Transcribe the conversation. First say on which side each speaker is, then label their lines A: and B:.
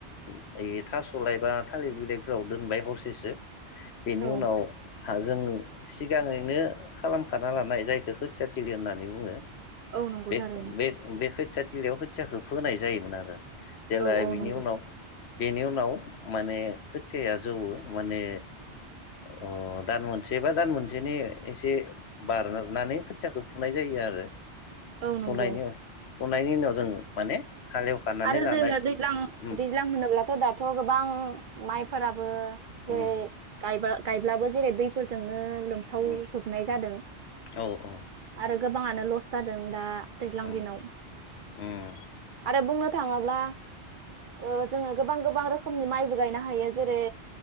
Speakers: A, on the left; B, on the right.
A: ओइ थास' लाय बा थालिर बिलाइफोराव दोनबाय हरसेसो बेनि
B: औ
A: उनाव जों सिगाङैनो खालामखाना लानाय जायखौ खोथियाथिलि होननानै बुङो
B: औ नंगौ
A: बे
B: थारैनो
A: बे बे खो खोथियाथिलियाव खोथियाखौ फोनाय जायोमोन आरो जेला
B: औ औ
A: बिनि
B: नंगौ
A: उनाव बेनि उनाव माने खोथियाया जौवो माने ओ दान मोनसे बा दान मोनसेनि एसे बारनानै खोथियाखौ फुनाय जायो आरो
B: औ
A: फुनायनि
B: नंगौ
A: फुनायनि उनाव जों माने हालेवखानानै
B: आरो
A: लानाय
B: जोङो दैज्लां
A: उम
B: दैज्लां होनोब्लाथ' दाब थ' गोबां माइफोराबो जेरै
A: उम
B: गायबा गायब्लाबो जेरै दैफोरजोंनो लोमसाव
A: उम
B: जोबनाय जादों
A: औ औ
B: आरो गो गोबाङानो लस जादों दा दैज्लां
A: उम
B: दिनाव
A: उम
B: आरो बुङो थाङाब्ला ओ जोङो गोबां गोबां रोखो रोखोमनि माइबो गायनो हायो जेरै